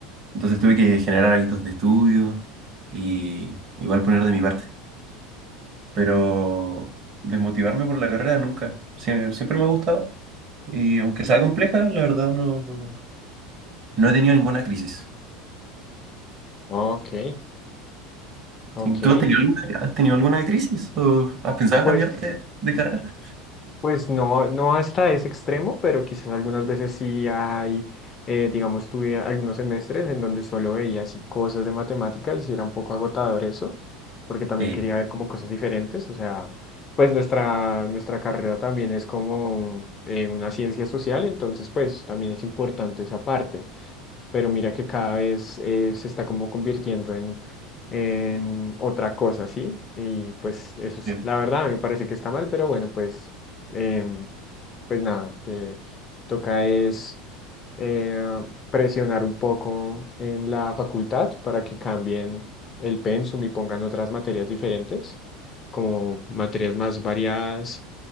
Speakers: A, on the right; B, on the left.
A: Entonces tuve que generar hábitos de estudio y igual poner de mi parte. Pero desmotivarme por la carrera nunca. Sie- Siempre, me ha gustado. Y aunque sea compleja, la verdad no, no, no he tenido ninguna crisis.
B: Ok, ok.
A: Sí, ¿Tú has tenido alguna, has tenido alguna crisis? ¿O has pensado en
B: Pues,
A: cambiarte de carrera?
B: pues no, no hasta ese extremo, pero quizás algunas veces sí hay, eh, digamos, tuve algunos semestres en donde solo veía así cosas de matemática y sí era un poco agotador eso, porque también
A: Sí,
B: quería ver como cosas diferentes. O sea, pues nuestra, nuestra carrera también es como eh, una ciencia social, entonces pues también es importante esa parte. pero mira que cada vez eh, se está como convirtiendo en, en otra cosa, ¿sí? Y pues eso es,
A: sí,
B: la verdad, a mí me parece que está mal, pero bueno, pues, em, pues nada, eh, toca es eh, presionar un poco en la facultad para que cambien el pensum y pongan otras materias diferentes, como materias más variadas